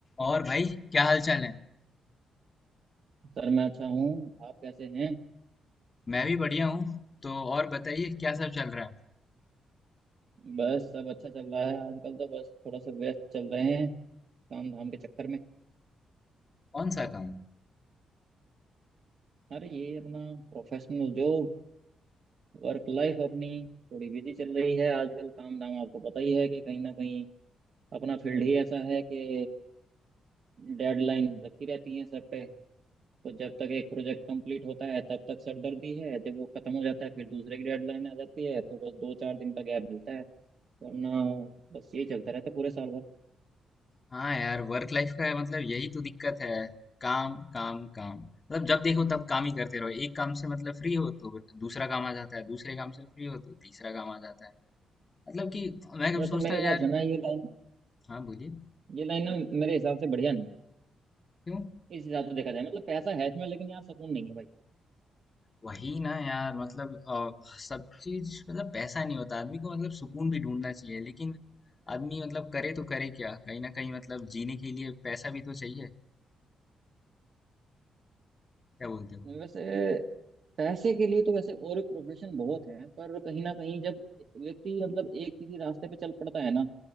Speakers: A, on the left; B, on the right.
A: और भाई क्या हाल चाल है
B: सर मैं अच्छा हूँ आप कैसे हैं
A: मैं भी बढ़िया हूँ तो और बताइए क्या सब चल रहा है
B: बस सब अच्छा चल रहा है आजकल तो बस थोड़ा सा व्यस्त चल रहे हैं काम धाम के चक्कर में
A: कौन सा काम
B: अरे ये अपना प्रोफेशनल जॉब वर्क लाइफ अपनी थोड़ी बिजी चल रही है आजकल काम धाम आपको पता ही है कि कहीं ना कहीं अपना फील्ड ही ऐसा है कि डेडलाइन रखी रहती है सर पे तो जब तक एक प्रोजेक्ट कंप्लीट होता है तब तक सरदर्दी है जब वो खत्म हो जाता है फिर दूसरे की डेडलाइन आ जाती है तो बस दो चार दिन का गैप मिलता है वरना बस यही चलता रहता है पूरे साल भर
A: हाँ यार वर्क लाइफ का है मतलब यही तो दिक्कत है काम काम काम मतलब जब देखो तब काम ही करते रहो एक काम से मतलब फ्री हो तो दूसरा काम आ जाता है दूसरे काम से फ्री हो तो तीसरा काम आ जाता है मतलब कि मैं कब
B: वैसे
A: सोचता
B: मेरे
A: है
B: हिसाब
A: यार
B: से ना ये लाइन
A: हाँ बोलिए
B: ये लाइन ना मेरे हिसाब से बढ़िया नहीं
A: क्यों
B: है इस हिसाब से देखा जाए मतलब पैसा है इसमें लेकिन यार सुकून नहीं है भाई
A: वही ना यार मतलब अ, सब चीज मतलब पैसा नहीं होता आदमी को मतलब सुकून भी ढूंढना चाहिए लेकिन आदमी मतलब करे तो करे क्या कहीं ना कहीं मतलब जीने के लिए पैसा भी तो चाहिए क्या बोलते हो
B: वैसे पैसे के लिए तो वैसे और भी प्रोफेशन बहुत हैं पर कहीं ना कहीं जब व्यक्ति मतलब एक किसी रास्ते पे चल पड़ता है ना